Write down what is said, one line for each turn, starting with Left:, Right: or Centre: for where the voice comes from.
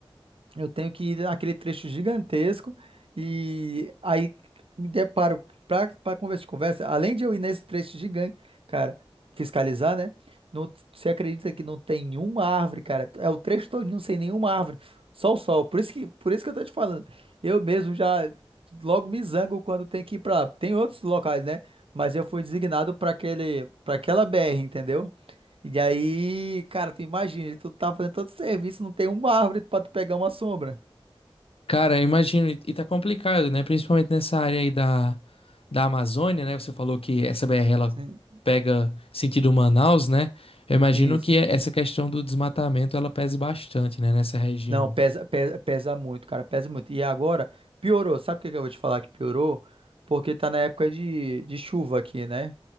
Right: Eu tenho que ir naquele trecho gigantesco e aí me deparo para conversa de conversa. Além de eu ir nesse trecho gigante, cara, fiscalizar, né? Não, você acredita que não tem uma árvore, cara? É o trecho todinho sem nenhuma árvore, só o sol. Por isso que, por isso que eu tô te falando. Eu mesmo já logo me zango quando tem que ir para. Tem outros locais, né? Mas eu fui designado para aquele, para aquela BR, entendeu? E aí, cara, tu imagina, tu tá fazendo todo serviço, não tem uma árvore pra tu pegar uma sombra.
Left: Cara, eu imagino, e e tá complicado, né? Principalmente nessa área aí da, da Amazônia, né? Você falou que essa BR ela
Right: Sim.
Left: pega sentido Manaus, né? Eu imagino
Right: Isso.
Left: que essa questão do desmatamento ela pese bastante, né? Nessa região.
Right: Não, pesa, pesa, pesa muito, cara, pesa muito. E agora, piorou. Sabe o que que eu vou te falar que piorou? Porque tá na época de, de chuva aqui, né?